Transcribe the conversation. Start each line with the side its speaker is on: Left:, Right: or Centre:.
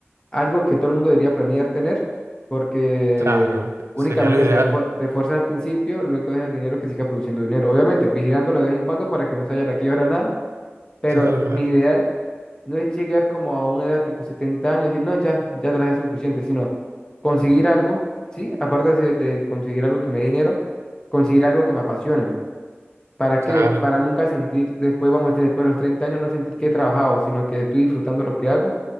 Left: algo que todo el mundo debería planear tener, porque
Right: Claro,
Left: únicamente
Right: sería lo ideal.
Left: te, esfuer- te esfuerzas al principio, luego dejas el dinero que siga produciendo dinero. Obviamente, vigilándolo de vez en cuando para que no se haya la quiebra nada, pero
Right: Claro, claro,
Left: mi ideal no es llegar como a una edad tipo 70 años y decir, no, ya, ya traje suficiente, sino conseguir algo, ¿sí? Aparte de, de conseguir algo que me dé dinero, conseguir algo que me apasione. ¿Para
Right: claro,
Left: qué? Para nunca sentir, después, vamos a decir, después de los 30 años, no sentir que he trabajado, sino que estoy disfrutando lo que hago.